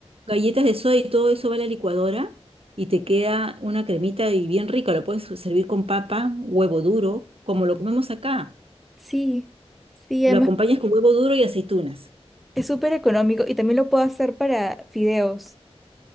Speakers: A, on the right; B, in the centre.
A: Galletas de soda y todo eso va a la licuadora y te queda una cremita y bien rica. Lo puedes servir con papa, huevo duro, como lo comemos acá.
B: Sí, sí,
A: Lo
B: además
A: acompañas con huevo duro y aceitunas.
B: es súper económico y también lo puedo hacer para fideos.